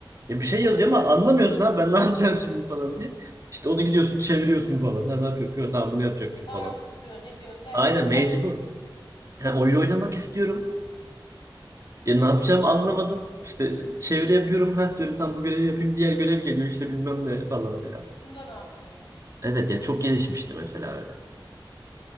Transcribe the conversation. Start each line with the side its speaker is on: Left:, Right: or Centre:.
Right: Ya bir şey
Left: Evet.
Right: yazıyor ama anlamıyorsun abi ben ne yapacağım şimdi falan diye. İşte onu gidiyorsun çeviriyorsun falan. Ha, ne yapıyor? Yok, tamam bunu yapacakmışım
Left: Araştırıyorsun,
Right: falan.
Left: ne diyorsun derken
Right: Aynen
Left: kalıyor.
Right: mecbur. Ha, oyun oynamak istiyorum. Ya ne yapacağımı anlamadım. İşte çeviri yapıyorum. Ha diyorum tam bu görevi yapayım. Diğer görev geliyor işte bilmem ne falan filan.
Left: Bunda ne yapacağım?
Right: Evet ya çok gelişmişti mesela öyle.